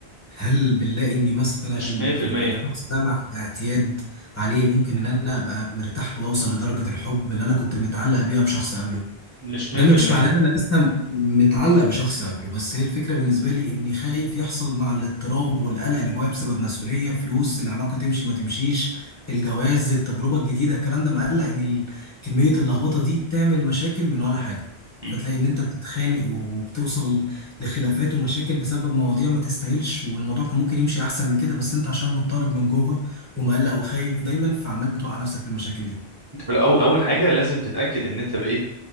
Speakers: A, on the left (about 15°); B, on the right (about 25°).
A: هل بنلاقي اني مثلا
B: مش 100%
A: ال- الشخص ده مع الاعتياد عليه ممكن ان انا ابقى مرتاح له واوصل لدرجه الحب اللي انا كنت متعلق بيها بشخص قبله
B: مش 100%
A: ده مش معناه ان انا لسه متعلق بشخص قبله بس هي الفكره بالنسبه لي اني خايف يحصل مع الاضطراب والقلق اللي جوايا بسبب مسؤوليه فلوس العلاقه تمشي ما تمشيش الجواز التجربه الجديده الكلام ده مقلق ان ال- كميه اللخبطه دي تعمل مشاكل من ولا حاجه
B: مم.
A: فتلاقي ان انت بتتخانق وبتوصل لخلافات ومشاكل بسبب مواضيع ما تستاهلش والموضوع كان ممكن يمشي احسن من كده بس انت عشان مضطرب من جوه ومقلق وخايف دايما فعمال بتوقع نفسك في المشاكل دي
B: انت في الأول اول حاجه لازم تتاكد ان انت بقيت